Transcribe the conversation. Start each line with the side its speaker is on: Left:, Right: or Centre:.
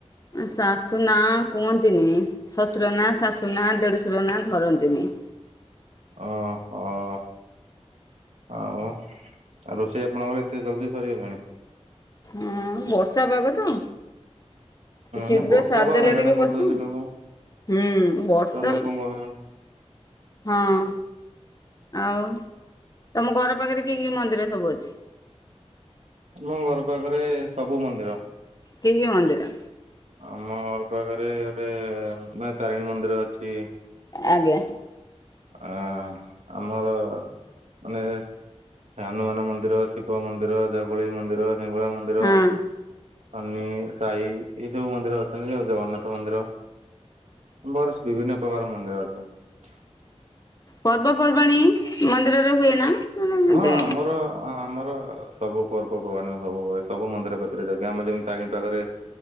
Left: ଶାଶୁ ନାଁ କୁହନ୍ତିନି ଶଶୁର ନାଁ ଶାଶୁ ନାଁ ଦେଢୁଶୁର ନାଁ ଧରନ୍ତିନି ।
Right: ଓ ହୋ ଆଉ ଆଉ ରୋଷେଇ ଆପଣଙ୍କର ଏତେ ଜଲଦି ସରିଗଲାଣି?
Left: ହଁ ବର୍ଷା ପାଗ ତ ଶୀଘ୍ର
Right: ହୁଁ ବର୍ଷା
Left: ସାରିଦେଲେ
Right: ବା ହଇରାଣ
Left: ଟିକେ
Right: କରିଦଉଛି
Left: ବସିବୁ ।
Right: ଲୋକଙ୍କୁ
Left: ହୁଁ ବର୍ଷା
Right: ଲୋକଙ୍କୁ ହଇରାଣ
Left: ହଁ ଆଉ ତମ ଘର ପାଖରେ କି କି ମନ୍ଦ ମନ୍ଦିର ସବୁ ଅଛି ।
Right: ଆମ ଘର ପାଖରେ ସବୁ ମନ୍ଦିର ।
Left: କି କି ମନ୍ଦିର?
Right: ଆମ ଘର ପାଖରେ ଗୋଟେ ମା ତାରିଣୀ ମନ୍ଦିର ଅଛି ।
Left: ଆଜ୍ଞା ।
Right: ଆଁ ଆମର ମାନେ ହନୁମାନ ମନ୍ଦିର ଶିବ ମନ୍ଦିର ଜାଗୁଲେଇ ମନ୍ଦିର ହିଙ୍ଗୁଳା ମନ୍ଦିର
Left: ହଁ।
Right: ସନି ସାଇ ଏଇ ସବୁ ମନ୍ଦିର ଅଛନ୍ତି ଆଉ ଜଗନ୍ନାଥ ମନ୍ଦିର । <unintelligible> ବିଭିନ୍ନ ପ୍ରକାର ମନ୍ଦିର ଅଛନ୍ତି।
Left: ପର୍ବପର୍ବାଣି ମନ୍ଦିରରେ ହୁଏ ନା? ମାନେ ଏମିତି
Right: ହଁ ଆମର ଆମର ସବୁ ପର୍ବପର୍ବାଣି ହବ ସବୁ ମନ୍ଦିର କତିରେ ଯଜ୍ଞ ଆମେ ଯେମିତି ତାରିଣୀ ପାଖରେ